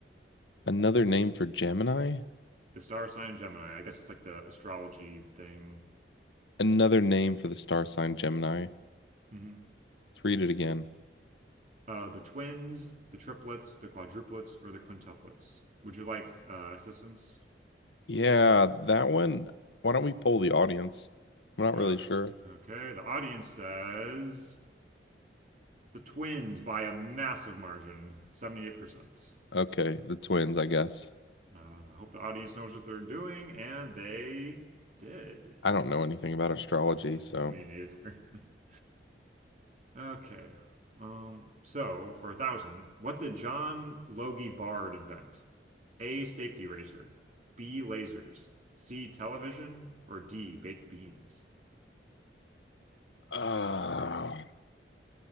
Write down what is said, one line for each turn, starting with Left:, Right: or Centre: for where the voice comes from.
Left: Another name for Gemini?
Right: The star sign Gemini. I guess it's like the astrology thing.
Left: Another name for the star sign Gemini.
Right: hmm
Left: Let's read it again.
Right: Uh, the twins, the triplets, the quadruplets, or the quintuplets? Would you like uh, assistance?
Left: Yeah, that one. Why don't we poll the audience? I'm not
Right: Okay.
Left: really sure.
Right: Okay, the audience says the twins by a massive margin, 78%.
Left: Okay, the twins, I guess.
Right: Uh, I hope the audience knows what they're doing, and they did.
Left: I don't know anything about astrology,
Right: <laughs>
Left: so.
Right: Me neither. <laughs> Okay. Um, so for a thousand, what did John Logie Bard invent? A safety razor, B lasers, C television, or D baked beans?
Left: Uh,